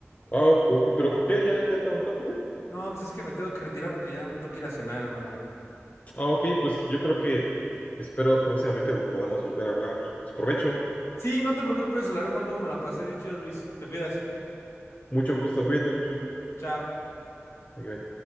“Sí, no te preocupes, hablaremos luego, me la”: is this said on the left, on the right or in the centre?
Left